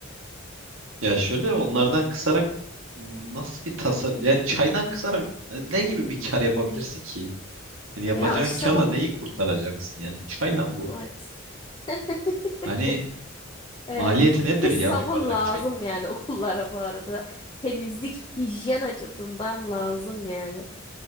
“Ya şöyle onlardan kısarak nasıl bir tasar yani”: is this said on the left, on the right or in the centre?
Right